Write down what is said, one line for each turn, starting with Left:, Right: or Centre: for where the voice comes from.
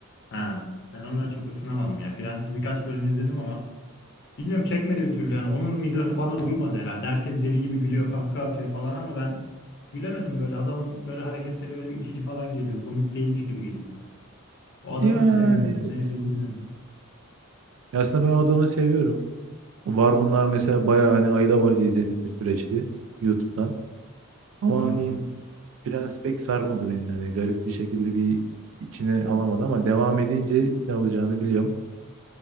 Left: Ha ben onları çok ısınamadım ya. Prens'i birkaç bölüm izledim ama bilmiyorum çekmedi bir türlü yani. Onun mizahı bana uymadı herhalde. Herkes deli gibi gülüyor, kahkaha atıyor falan ama ben gülemedim böyle. Adamın böyle hareketleri böyle bir itici falan geliyor. Komik değilmiş gibi geliyor. O adamı
Right: Yani
Left: mı sevmiyorum
Right: evet.
Left: ne bilmiyorum.
Right: Ya Aslında ben o adamı seviyorum. Var bunlar mesela bayağı hani ayda bayda izlediğim bir süreçti YouTube'dan. Ama
Left: Hı
Right: hani
Left: hı.
Right: Prens pek sarmadı beni. Hani garip bir şekilde bir içine alamadı ama devam edince ne alacağını biliyorum.